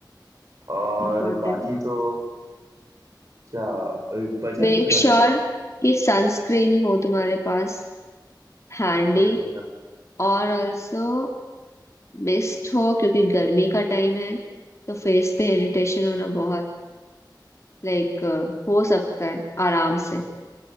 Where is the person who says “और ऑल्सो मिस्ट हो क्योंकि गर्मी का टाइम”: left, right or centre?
Left